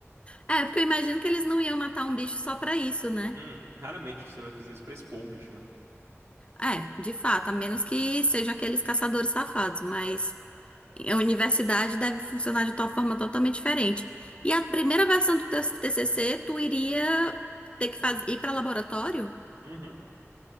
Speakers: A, on the left; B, on the right.
A: É, porque eu imagino que eles não iam matar um bicho só pra isso, né?
B: Hum, raramente você vai fazer isso pra expor um bicho, né?
A: É, de fato, a menos que sejam aqueles caçadores safados, mas a universidade deve funcionar de uma forma totalmente diferente. E a primeira versão do teu TCC, tu iria ter que faz... ir pra laboratório?
B: Uhum.